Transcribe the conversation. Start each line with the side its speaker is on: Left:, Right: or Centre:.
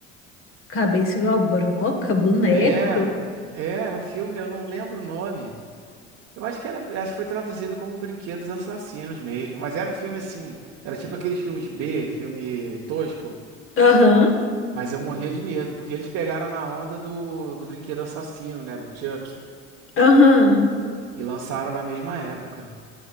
Left: cabeça igual broca, boneco.
Right: É, é, era um filme, eu não lembro o nome. Eu acho que era, acho que foi traduzido como Brinquedos Assassinos mesmo, mas era um filme assim, era tipo aqueles filmes B, filme tosco,
Left: Aham.
Right: mas eu morria de medo, porque eles pegaram na onda do, do Brinquedo Assassino, né, do Chuck,
Left: Aham.
Right: e lançaram na mesma época.